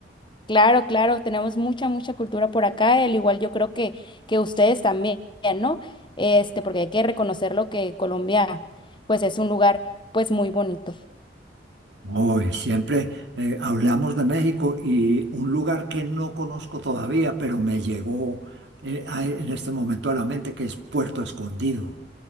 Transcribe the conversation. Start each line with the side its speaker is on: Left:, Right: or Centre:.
Left: claro, claro. Tenemos mucha, mucha cultura por acá. Al igual yo creo que, que ustedes también, ¿no? Este, porque hay que reconocerlo que Colombia, pues es un lugar, pues muy bonito.
Right: Hoy siempre eh, hablamos de México y un lugar que no conozco todavía, pero me llegó eh, a- en este momento a la mente que es Puerto Escondido.